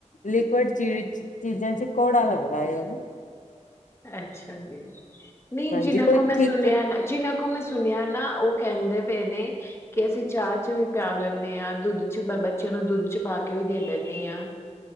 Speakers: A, on the left; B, on the left.
A: ਲਿਕੁਡ ਚੀ ਚੀਜ਼ਾਂ ਚ ਘੋੜਾ ਲੱਗਦਾ ਹਨਾ
B: ਅੱਛਾ ਜੀ ਨਹੀਂ
A: ਹਾਂਜੀ
B: ਜਿਨਾਂ
A: ਕੋਈ
B: ਕੋ ਮੈਂ
A: ਠੀਕ
B: ਸੁਣਿਆ ਨਾ ਜਿੰਨਾਂ ਕੋ ਮੈਂ ਸੁਣਿਆ ਨਾ ਉਹ ਕਹਿੰਦੇ ਪਏ ਨੇ ਕਿ ਅਸੀਂ ਚਾਹ ਚ ਵੀ ਪਿਆ ਲੈਂਦੇ ਹਾਂ ਦੁੱਧ ਚ ਮੈਂ ਬੱਚਿਆਂ ਨੂੰ ਦੁੱਧ ਚ ਪਾ ਕੇ ਵੀ ਦੇ ਦਿੰਦੀ ਹਾਂ